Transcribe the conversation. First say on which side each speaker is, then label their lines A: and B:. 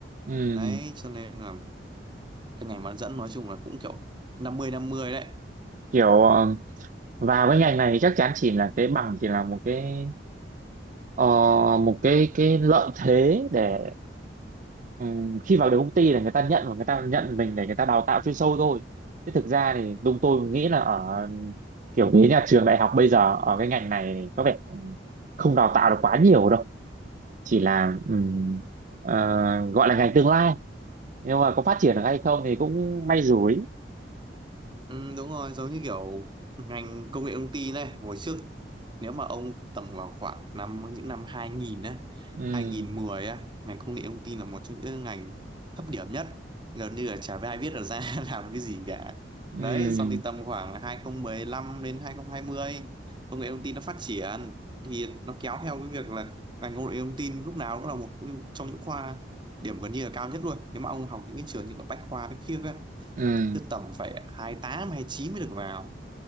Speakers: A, on the right (about 45°); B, on the right (about 25°).
A: Ừm,
B: đấy cho nên là cái ngành bán dẫn nói chung là cũng kiểu năm mươi năm mươi đấy
A: kiểu ờ, vào cái ngành này chắc chắn chỉ là cái bằng chỉ là một cái ờ, một cái cái lợi thế để ừm, khi vào được công ty là người ta nhận và người ta nhận mình để người ta đào tạo chuyên sâu thôi chứ thực ra thì đúng tôi nghĩ là ở kiểu cái nhà trường đại học bây giờ ở cái ngành này thì có vẻ ừm, không đào tạo được quá nhiều đâu chỉ là ừm, ờ, gọi là ngành tương lai nhưng mà có phát triển được hay không thì cũng may rủi
B: Ừ, đúng rồi, giống như kiểu ngành công nghệ thông tin này, hồi trước nếu mà ông tầm vào khoảng năm những năm 2000 á,
A: Ừm,
B: 2010 á, ngành công nghệ thông tin là một trong những ngành thấp điểm nhất, gần như là chả ai biết là ra <laughs> làm cái gì cả.
A: ừm,
B: Đấy, xong thì tầm khoảng 2015 đến 2020, công nghệ thông tin nó phát triển thì nó kéo theo cái việc là ngành công nghệ thông tin lúc nào cũng là một trong những khoa điểm gần như là cao nhất luôn. Nếu mà ông học những cái trường như ở Bách Khoa, Bách Khiếp ấy
A: ừm,
B: cứ tầm phải 28, chín mới được vào